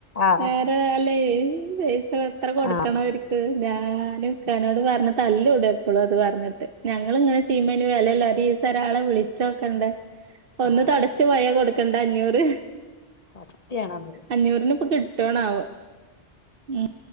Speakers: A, on the left; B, on the right.
A: ആ
B: വേറെ അല്ലേ പൈസ എത്ര കൊടുക്കണ
A: ആ
B: അവര് ക്ക്‌ ഞാന് ഇക്കാനോട് പറഞ്ഞ് തല്ലൂടും എപ്പളും അത് പറഞ്ഞിട്ട് ഞ ങ്ങള് ഇങ്ങനെ ചെയ്യുമ്പോംഅയിന് വെലല്ല ഒരീസൊരാളെ വിളിച്ചോക്കണ്ടെ ഒന്ന്
A: ആ
B: തൊടച്ച് പോയ കൊട് ക്കെണ്ട അഞ്ഞൂറ്.
A: സത്യാണത്.
B: അഞ്ഞൂറിന് ഇപ്പ കിട്ടണാവൊ? ഉം